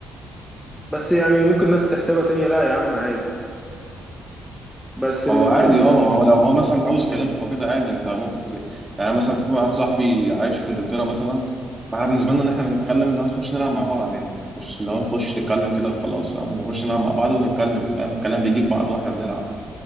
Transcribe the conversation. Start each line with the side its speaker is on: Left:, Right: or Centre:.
Centre: بس يعني ممكن ناس تحسبها تانية لا يا عم عادي بس
Right: هو
Centre: في
Right: عادي
Centre: ال...
Right: اه ما هو لو هو مثلا عاوز يكلمك او كده عادي انت ممكن ت... يعني أنا مثلا في واحد صاحبي عايش في انجلترا مثلا فاحنا بالنسبه لنا ان احنا نتكلم اللي هو نخش نلعب مع بعض يعني مش اللي هو نخش نتكلم كده وخلاص فاهم نخش نلعب مع بعض ونتكلم فاهم الكلام بيجيب بعض واحنا بنلعب